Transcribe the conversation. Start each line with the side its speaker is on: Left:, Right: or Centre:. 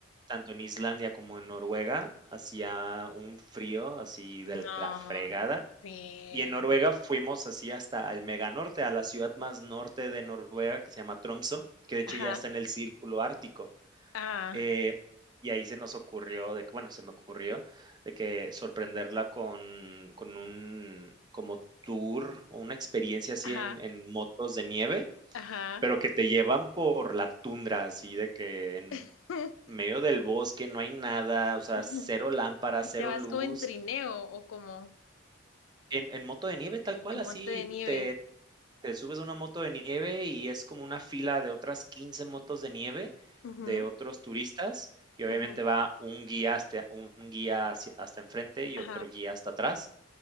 Right: tanto en Islandia como en Noruega hacía un frío así
Left: No,
Right: de la fregada.
Left: sí.
Right: Y en Noruega fuimos así hasta el mega norte, a la ciudad más norte de Noruega, que se llama Tromsø, que de hecho
Left: Ajá.
Right: ya está en el círculo ártico.
Left: Ah,
Right: Eh, y ahí se nos ocurrió, de que, bueno, se me ocurrió, de que sorprenderla con, con un como tour o una experiencia así
Left: ajá,
Right: en, en motos de nieve
Left: ajá.
Right: pero que te llevan por la tundra, así de que en
Left: <laughs>
Right: medio del bosque no hay nada, o sea,
Left: <laughs>
Right: cero lámparas,
Left: Y
Right: cero
Left: te vas
Right: luz.
Left: como en trineo o como
Right: En, en moto de nieve, tal cual,
Left: en
Right: así
Left: monte de nieve.
Right: te, te subes a una moto de nieve y es como una fila de otras 15 motos de nieve
Left: Ujú,
Right: de otros turistas y obviamente
Left: ujú,
Right: va un guía hasta, un guía hacia- hasta enfrente y
Left: Ajá.
Right: otro guía hasta atrás.